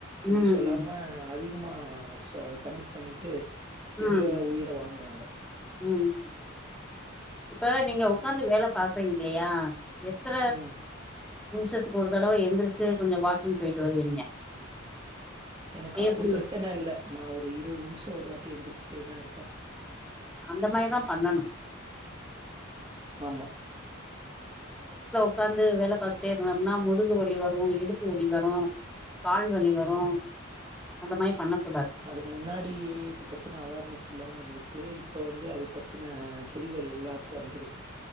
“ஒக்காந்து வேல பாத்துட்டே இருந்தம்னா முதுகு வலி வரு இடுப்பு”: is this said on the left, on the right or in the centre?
Centre